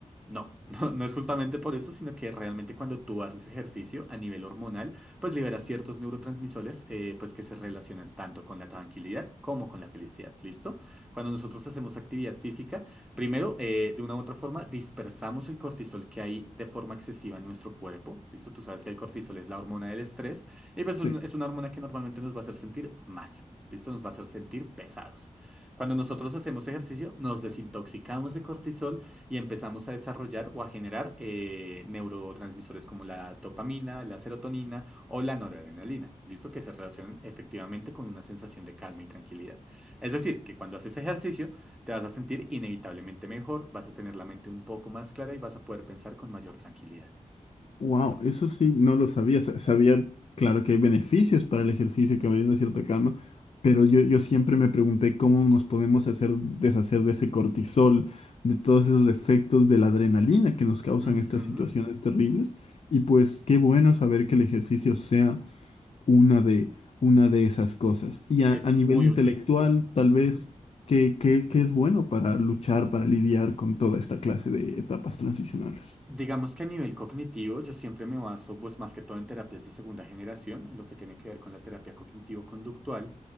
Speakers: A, in the centre; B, on the left.
A: No, <laughs> no, no es justamente por eso, sino que realmente cuando tú haces ejercicio a nivel hormonal, pues liberas ciertos neurotransmisores eh, pues que se relacionan tanto con la tranquilidad como con la felicidad, ¿listo? Cuando nosotros hacemos actividad física, primero, eh, de una u otra forma, dispersamos el cortisol que hay de forma excesiva en nuestro cuerpo, ¿listo? Tú sabes que el cortisol es la hormona del estrés y pues
B: Sí.
A: es un- es una hormona que normalmente nos va a hacer sentir mal, ¿listo? Nos va a hacer sentir pesados. Cuando nosotros hacemos ejercicio, nos desintoxicamos de cortisol, y empezamos a desarrollar o a generar eh, neurotransmisores como la dopamina, la serotonina o la noradrenalina, ¿listo? Que se relacionan efectivamente con una sensación de calma y tranquilidad. Es decir, que cuando haces ejercicio te vas a sentir inevitablemente mejor, vas a tener la mente un poco más clara y vas a poder pensar con mayor tranquilidad.
B: Wow,
A: Eso es-
B: eso sí, no lo sabía. Sa- Sabía, claro que hay beneficios para el ejercicio que brinda cierta calma, pero yo, yo siempre me pregunté cómo nos podemos hacer deshacer de ese cortisol, de todos esos efectos de la adrenalina que nos causan
A: Ujú.
B: estas situaciones terribles. Y pues qué bueno saber que el ejercicio sea una de, una de esas cosas. Y a,
A: Es
B: a nivel
A: muy
B: intelectual,
A: útil.
B: tal vez,
A: Ujú.
B: que es bueno para luchar, para lidiar con toda esta clase de etapas transicionales?
A: Digamos que a nivel cognitivo, yo siempre me baso, pues más que todo en terapias de segunda generación, en lo que tiene que ver con la terapia cognitivo-conductual,